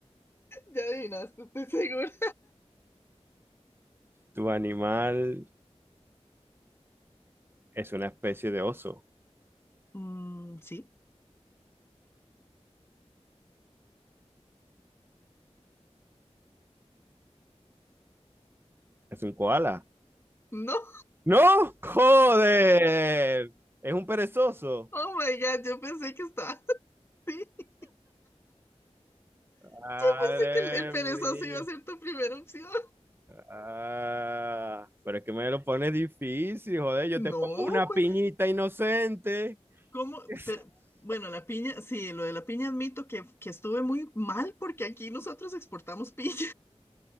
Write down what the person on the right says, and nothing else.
Tu animal es una especie de oso.
Es un koala.
¡No! ¡Joder! Es un perezoso.
Madre
mía.
Ah, pero es que me lo pones difícil, joder. Yo
te pongo una
piñita inocente.
<laughs>